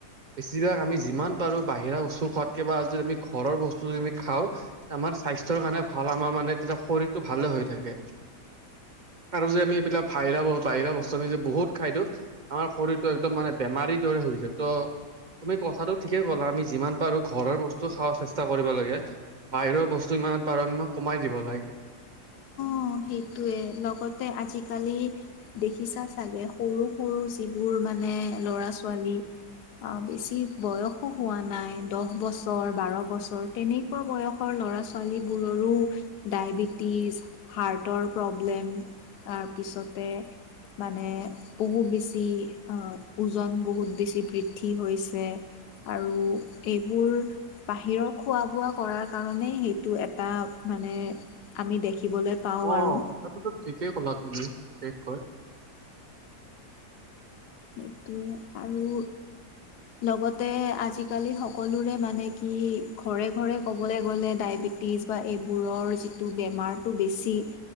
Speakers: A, on the right; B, on the left.
A: বেছিভাগ আমি যিমান পাৰো বাহিৰা বস্তু খোৱাতকে বা আ যদি আমি ঘৰৰ বস্তু খাওঁ, আমাৰ স্বাস্থ্যৰ কাৰণে ভাল আমাৰ মানে তেতিয়া শৰীৰটো ভালে হৈ থাকে
B: <unintelligible>
A: আৰু য আমি এইবিলাক বাহৰা বাহিৰা বস্তু আমি যে বহুত খাই দিওঁ, আমাৰ শৰীৰতটো একদম মান বোৰ দৰে ত তুমি কথাটো ঠিকে ক'লা আমি যিমান পাৰো ঘৰৰ বস্তু খা চেষ্টা কৰিব লাগীয়া বাহিৰৰ বস্তু ইমানত বাৰ আম কমাই দিব লাগে
B: অ', সেইটয়ে লগতে আজিকালি দেখিছা চাগে সৰু সৰু যিবোৰ মানে ল'ৰা ছোৱালী অ', বেছি বয়সো হোৱা নাই দহ বছৰ বাৰ বছৰ তেনেকুৱা বয়সৰ ল'ৰা ছোৱালীবোৰৰো ডায়বেটিজ হাৰ্টৰ প্ৰব্লেম তাৰপিছতে মানে বহু বেছি অহ ওজন বহুত বেছি বৃদ্ধি হৈছে। আৰু এইবোৰ বাহিৰৰ খোৱা বোৱা কৰাৰ কাৰণেই সেইটো এটা মানে আমি দেখিবলৈ পাওঁ
A: অ,
B: আৰু
A: কথাটোতো ঠিকেই ক'লা তুমি বিশেষকৈ।
B: সেইটো আৰু লগতে আজি আজিকালি সকলোৰে মানে কি ঘৰে-ঘৰে ক'বলৈ গ'লে ডায়বেটিছ বা এইবোৰৰ যি টো বেমাৰটো বেছি সেই